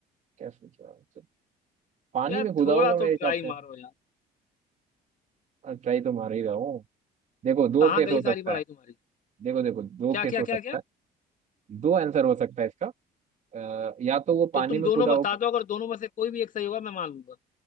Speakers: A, on the right; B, on the left.
A: कैसे क्या तो पानी
B: यार
A: में कूदा
B: थोड़ा
A: होगा
B: तो
A: मेरे
B: ट्राई
A: हिसाब से
B: मारो यार
A: ट्राई तो मार ही रहा हूँ देखो दो
B: कहाँ
A: केस
B: गई
A: हो
B: सारी
A: सकता
B: पढ़ाई
A: है
B: तुम्हारी
A: देखो देखो दो
B: क्या
A: केस
B: क्या
A: हो सकता
B: क्या क्या
A: है दो आंसर हो सकता है इसका अ, या तो वो पानी
B: तो तुम
A: में
B: दोनों
A: कूदा
B: बता
A: होगा
B: दो अगर दोनों में से कोई भी एक सही होगा मैं मान लूंगा